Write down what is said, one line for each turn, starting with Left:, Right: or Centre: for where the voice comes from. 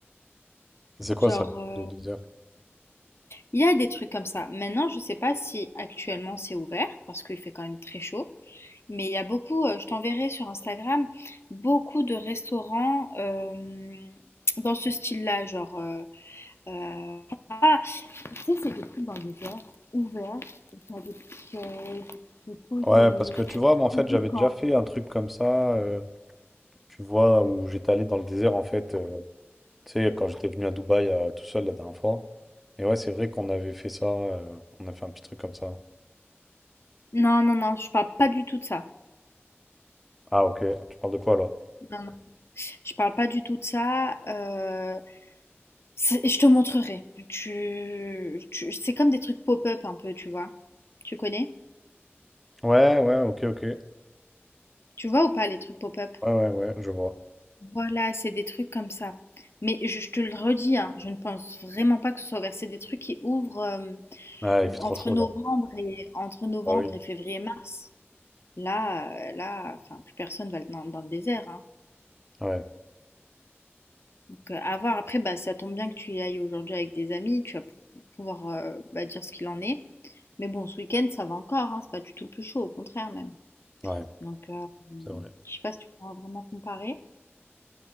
Centre: C'est quoi,
Left: Genre,
Centre: ça, le
Left: euh,
Centre: truc de désert?
Left: il y a des trucs comme ça. Maintenant, je sais pas si actuellement c'est ouvert, parce qu'il fait quand même très chaud. Mais il y a beaucoup, euh, je t'enverrai sur Instagram, beaucoup de restaurants euh, dans ce style-là. Genre, euh, euh, ah, tu sais, c'est des trucs dans des airs ouverts, où t'as des petites chaises, où tu peux te
Centre: Ouais,
Left: poser.
Centre: parce que tu vois, moi, en fait,
Left: Un
Centre: j'avais
Left: peu quand-
Centre: déjà fait un truc comme ça, euh, tu vois, où j'étais allé dans le désert, en fait, euh, tu sais, quand j'étais venu à Dubaï euh, tout seul la dernière fois. Et ouais, c'est vrai qu'on avait fait ça, euh, on a fait un petit truc comme ça.
Left: Non, non, non, je parle pas du tout de ça.
Centre: Ah, ok, tu parles de quoi alors?
Left: Non, non. Je parle pas du tout de ça. euh, c'est- je te montrerai. Tu, tu- c'est comme des trucs pop-up un peu, tu vois. Tu connais?
Centre: Ouais, ouais, ok, ok.
Left: Tu vois ou pas les trucs pop-up?
Centre: Ouais, ouais, ouais, je vois.
Left: Voilà, c'est des trucs comme ça. Mais je, je te le redis, hein, je ne pense vraiment pas que ce soit ouvert. C'est des trucs qui ouvrent euh,
Centre: Ah, il fait trop
Left: entre
Centre: chaud
Left: novembre
Centre: là.
Left: et entre novembre
Centre: Ah oui.
Left: et février-mars. Là, euh, là, enfin, plus personne va dans, dans le désert. hein.
Centre: Ouais,
Left: Donc, euh, à voir. Après, bah, ça tombe bien que tu y ailles aujourd'hui avec des amis. Tu vas pouvoir euh, bah, dire ce qu'il en est. Mais bon, ce week-end, ça va encore. Hein, c'est pas du tout le plus chaud, au contraire même.
Centre: ouais,
Left: Donc, euh,
Centre: c'est vrai.
Left: je sais pas si tu pourras vraiment comparer.